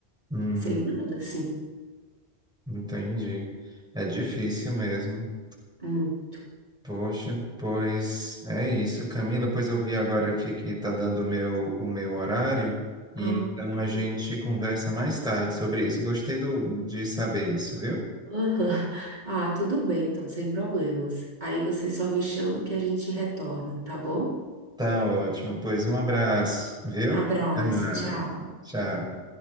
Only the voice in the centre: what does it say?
Hum,
entendi. É difícil mesmo.
Poxa, pois é isso, Camila. Pois eu vi agora aqui que está dando o meu, o meu horário, e
então a gente
conversa mais tarde sobre isso. Gostei do- de saber isso, viu?
Tá ótimo. Pois um abraço, viu?
Até mais.
Tchau.